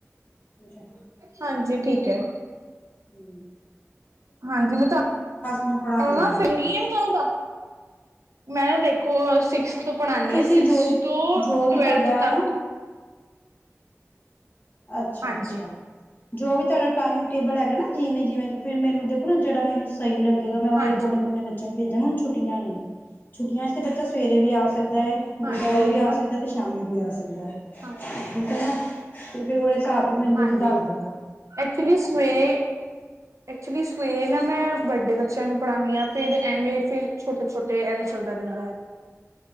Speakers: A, on the left; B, on the right.
A: ਅੱਛਾ
B: ਹਾਂਜੀ ਠੀਕ ਏ
A: ਹੂੰ
B: ਹਾਂਜੀ ਮੈਂ
A: ਨੂੰ ਪੜ੍ਹਾਉਂਦੇ
B: <unintelligible>
A: ਹੋ
B: ਚਾਹੀਦਾ ਮੈਂ ਨਾ ਦੇਖੋ ਸਿਕਸਥ ਤੋਂ ਪੜ੍ਹਾਣੀ
A: ਤੁਸੀਂ
B: ਹਾਂ ਸਿਕਸਥ
A: ਜੋ ਵੀ
B: ਤੋਂ
A: ਜੋ
B: ਟਵੈਲਥ
A: ਵੀ ਤੁਹਾਡਾ
B: ਤੱਕ
A: ਨਾ ਅੱਛਾ-ਅੱਛਾ
B: ਹਾਂਜੀ
A: ਜੋ ਵੀ ਤੁਹਾਡਾ ਟਾਈਮ ਟੇਬਲ ਹੈਗਾ ਨਾ ਜਿਵੇਂ-ਜਿਵੇਂ ਫਿਰ ਮੈਨੂੰ ਦੇਖੋ ਨਾ ਜਿਹੜਾ ਮੈਨੂੰ ਸਹੀ ਲੱਗੇਗਾ ਮੈਂ ਉਹਦੇ
B: ਹਾਂਜੀ
A: ਅਕੋਡਿੰਗ ਆਪਣੇ ਬ ਭੇਜਣ ਹੁਣ ਛੁੱਟੀਆਂ ਨੇ ਛੁੱਟੀਆਂ 'ਚ ਤੇ ਬੱਚਾ ਸਵੇਰੇ ਵੀ ਆ ਸਕਦਾ ਹੈ ਦੁਪਹਿਰੇ
B: ਹਾਂਜੀ ਉਹੀ
A: ਵੀ
B: ਨਾ
A: ਆ ਸਕਦਾ। ਤੇ ਸ਼ਾਮੀ ਵੀ ਆ ਸਕਦਾ
B: ਹਾਂ
A: ਠੀਕ ਹੈ ਨਾ ਤੇ ਫਿਰ ਉਹਦੇ ਹਿਸਾਬ ਤੇ ਮੈਨੂੰ ਤੁਸੀਂ
B: ਹਾਂਜੀ
A: ਦੱਸ ਦੇਣਾ।
B: ਐਕਚੁਲੀ ਸਵੇਰੇ ਐਕਚੁਲੀ ਸਵੇਰੇ ਨਾ ਮੈਂ ਵੱਡੇ ਬੱਚਿਆਂ ਨੂੰ ਪੜਾਂਨੀ ਆਂ। ਫਿਰ ਐਵੇਂ ਫਿਰ ਛੋਟੇ-ਛੋਟੇ ਐਵੇਂ ਚੱਲਦਾ ਰਹਿੰਦਾ।